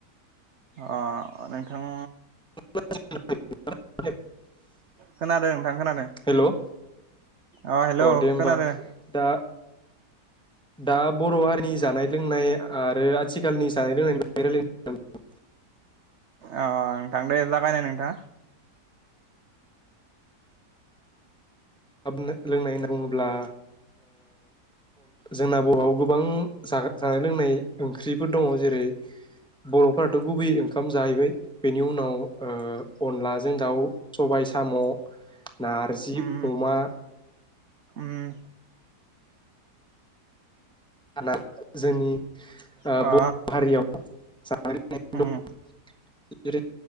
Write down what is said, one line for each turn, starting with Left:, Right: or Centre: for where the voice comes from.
Right: अ नोंथां।
Centre: <unintelligible>
Right: खोनादों। नोंथां खोनादों
Centre: हेल' अ
Right: अ हेलौ
Centre: दे होमबा
Right: खोनादों
Centre: दा दा बर' हारिनि जानाय लोंनाय आरो आथिखालनि जानाय लोंनायनि बागै राज्लायनो। हेल' नोंथां।
Right: अ नोंथां दे जागायनाय नोंथाङा।
Centre: हाब लोंनाय होनना बुङोब्ला जोंना बर'आव गोबां जानाय लोंनाय ओंख्रिफोर दङ जेरै बर'फोराथ' गुबै ओंख ओंखाम जाहैबाय बेनि उनाव। अनलाजों दाउ सबाय साम'। नारजि।
Right: उम
Centre: अमा
Right: उम।
Centre: <unintelligible> जोंनि ओ
Right: अ
Centre: बर' हारियाव जानाय लोंनाय
Right: उम
Centre: दं जेरै